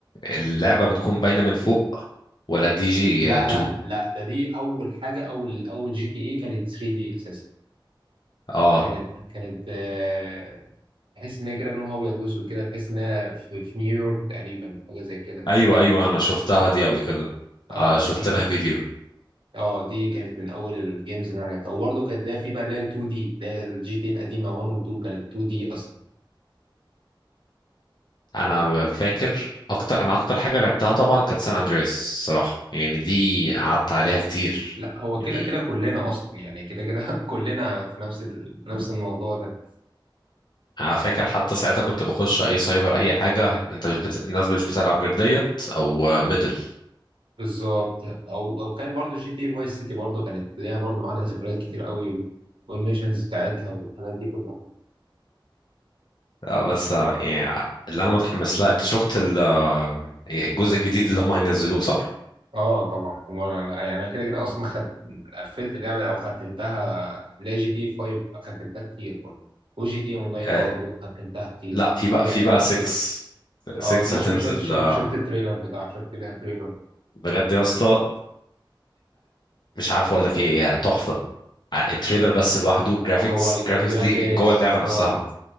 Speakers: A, on the left (about 60°); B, on the right (about 75°).
A: اللعبه بتكون باينه من فوق ولا دي جي
B: لا
A: 2
B: لا لا ده دي اول حاجه اول اول جي تي اي كانت 3 دي اساسا
A: اه
B: كانت كانت آه، تحس ان هي كده لونها ابيض واسود كده تحس ان هي في, في نيويورك تقريبا حاجه زي كده
A: ايوه ايوه انا شفتها دي قبل كده
B: اه
A: آه شفت
B: دي
A: لها فيديو
B: اه دي كانت من اول الجيمز اللي انا لعبتها وبرضه كانت لها في بقى اللي هي ال 2 دي اللي هي الجي تي القديمه 1 و 2 كانت 2 دي اصلا
A: انا فاكر اكتر انا اكتر حاجه لعبتها طبعا كانت سان اندريس الصراحه يعني دي قعدت عليها كتير
B: لا هو
A: يعني
B: كده كده كلنا اصلا يعني كده كده <laughs> كلنا في نفس ال... نفس الموضوع ده
A: انا فاكر حتى ساعتها كنت بخش اي سايبر اي حاجه انت مش بت... الناس مش بتلعب غير ديت او ميدل
B: بالظبط او او كانت برضه جي تي فايس سيتي برضه كانت ليها برضه معانا ذكريات كتير قوي والميشنز بتاعتها والحاجات دي كلها
A: آه، بس آه، يعني اللي انا متحمس لها انت شفت ال- آه، الجزء الجديد اللي هم هينزلوه صح
B: اه طبعا هو أنا- يعني انا كده كده اصلا خد قفلت اللعبه او ختمتها لا جي تي 5 ختمتها كتير برضه وجي تي إيه اونلاين
A: آه،
B: برضه ختمتها كتير
A: لا في بقى
B: او يعني
A: في
B: لعبتها
A: بقى 6
B: كتير
A: 6
B: اه دي
A: هتنزل
B: شو- شفت شفت
A: آه،
B: شفت التريلر بتاعه شفت لها تريلر
A: بجد يا اسطى مش عارف اقول لك ايه هي تحفه آه، التريلر بس لوحده جرافيكس
B: هو ال-
A: الجرافيكس
B: الجرافيكس
A: دي جوه اللعبه
B: بالظبط
A: نفسها